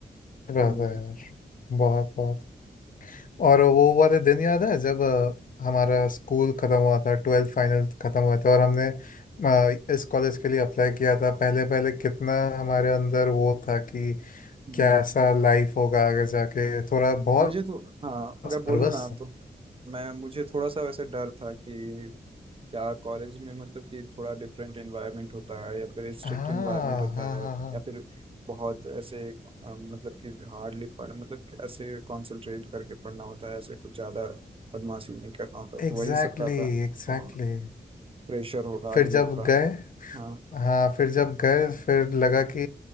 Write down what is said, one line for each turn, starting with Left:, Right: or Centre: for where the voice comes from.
Left: बात
Right: हम्म
Left: है यार बहुत बहुत और वो वाले दिन याद है जब अ, हमारा स्कूल खत्म हुआ था ट्वेल्थ फाइनल खत्म हुए थे और हमने अ, इस कॉलेज के लिए अप्लाई किया था पहले पहले कितना हमारे अंदर वो था कि
Right: हम्म।
Left: कैसा लाइफ होगा आगे जाके थोड़ा बहुत
Right: मुझे तो हाँ अगर
Left: सर्वस
Right: बोलूँ ना तो मैं मुझे थोड़ा सा वैसे डर था कि क्या कॉलेज में मतलब कि थोड़ा डिफरेंट एनवायरनमेंट होता है या फिर स्ट्रिक्ट
Left: हाँ
Right: एनवायरनमेंट होता
Left: हाँ
Right: है
Left: हाँ हाँ
Right: या फिर बहुत ऐसे अ, मतलब कि हार्डली पढ़ मतलब कि ऐसे कंसंट्रेट करके पढ़ना होता है ऐसे कुछ ज़्यादा बदमाशी नहीं करना होता तो
Left: Exactly
Right: वही सब का था
Left: exactly
Right: हाँ प्रेशर होगा
Left: फिर
Right: ये
Left: जब
Right: होगा
Left: गए
Right: हाँ
Left: हाँ फिर जब गए फिर लगा कि